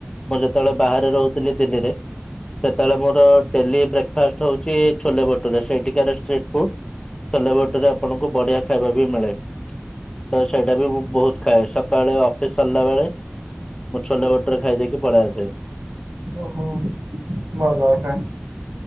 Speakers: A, on the left; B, on the right.
A: ମୁଁ ଯେତେବେଳେ ବାହାରେ ରହୁଥିଲି ଦିଲ୍ଲୀରେ ସେତେବେଳେ ମୋର ଡେଲି ବ୍ରେକ୍ଫାଷ୍ଟ ହଉଛି ଛୋଲେ ଭଟୁରେ ସେ ଏଠିକାର ଷ୍ଟ୍ରିଟ୍ ଫୁଡ। ଛୋଲେ ଭଟରେ ଆପଣଙ୍କୁ ବଢିଆ ଖାଇବା ବି ମିଳେ। ତ ସେଇଟା ବି ମୁଁ ବହୁତ ଖାଏ ସକାଳେ ଅଫିସ ସରିଲା ବେଳେ। ମୁଁ ଛୋଲେ ବଟୁରେ ଖାଇ ଦେଇକି ପଳେଇ ଆସେ।
B: ଓହୋ। ଭଲ ଖା।